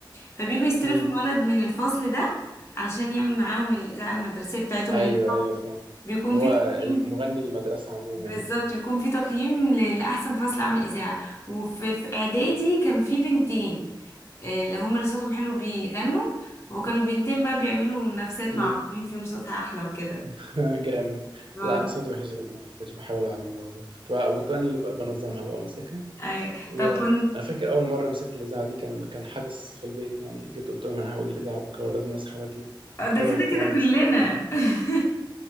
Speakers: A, on the left; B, on the right.
A: فبييجوا يستلفوا
B: امم
A: الولد من الفصل ده علشان يعمل معاهم الاذاعة المدرسية بتاعتهم
B: ايوه
A: لان
B: ايوه فاهم
A: بيكون في
B: هو
A: تقييم
B: مغني المدرسه عموما
A: بالظبط
B: يعني
A: بيكون في تقييم ل- لأحسن فصل عمل إذاعة وفي في إعدادي كان في بنتين آه، اللي هم اللي صوتهم حلو بيغنوا وكان البنتين بقى بيعملوا منافسات
B: امم
A: مع بعض مين فيهم صوتها أحلى وكده
B: <laughs> جامد
A: اه
B: لا انا صوتي وحش جدا كنت بحاول اعمل الموضوع ده كنت بقى كنت انا اللي بقى بنظمها بقى وامسكها
A: أيوة
B: وانا
A: طب كنت
B: فاكر اول مره مسكت الاذاعه دي كان كان حدث في البيت يعني جيت قلت لهم انا هقول الاذاعه بكره ولازم اصحى بدري
A: آه، ده
B: خدوا
A: كده
B: بالكم
A: كده
B: بقى
A: كلنا
B: انا صحيت بدري.
A: <laughs>